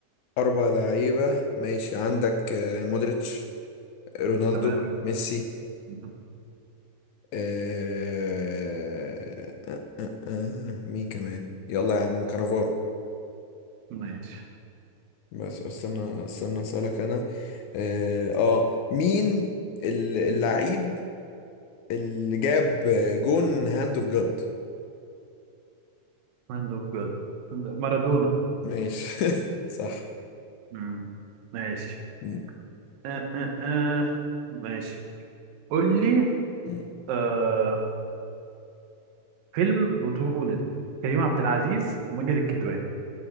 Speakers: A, on the left; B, on the right.
A: اربع لعيبة ماشي عندك آه، مودريتش رونالدو
B: تمام
A: ميسي
B: <laughs>
A: آه... آه... آه... آه... مين كمان يلا يا عم كانافارو
B: ماشي
A: بس استنى استنى اسالك انا اه آه، مين ال- اللعيب اللي جاب جون هاند اوف جاد
B: هاند بجد مارادونا
A: ماشي <laughs> صح
B: مم. ماشي
A: م-
B: آه آه آه. ماشي قول لي
A: م-
B: آه فيلم بطولة كريم عبد العزيز وماجد الكدواني